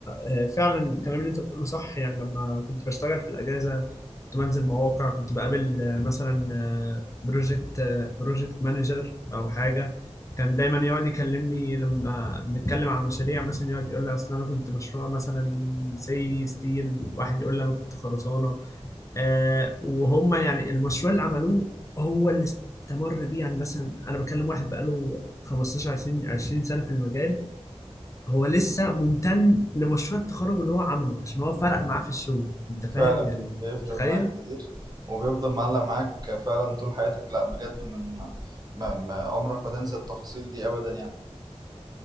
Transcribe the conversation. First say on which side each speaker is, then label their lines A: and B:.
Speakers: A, on the left (about 30°); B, on the right (about 35°).
A: آه، فعلا الكلام اللي انت بتقوله صح يعني لما كنت بشتغل في الاجازه كنت بنزل مواقع كنت بقابل آه، مثلا بروجكت بروجكت مانجر او حاجه كان دايما يقعد يكلمني لما بنتكلم على المشاريع مثلا يقعد يقول لي اصل انا كنت مشروع مثلا سي ستيل واحد يقول لي انا كنت خرسانه آه، وهم يعني المشروع اللي عملوه هو اللي استمر بيه يعني مثلا انا بكلم واحد بقاله 15 20 20 سنه في المجال هو لسه ممتن لمشروع التخرج اللي هو عمله عشان هو فرق معاه في الشغل انت فاهم
B: فعلا
A: يعني
B: بيفرق
A: متخيل
B: معاك كتير وبيفضل معلق معاك فعلا طول حياتك لا بجد من ما ما عمرك ما تنسى التفاصيل دي ابدا يعني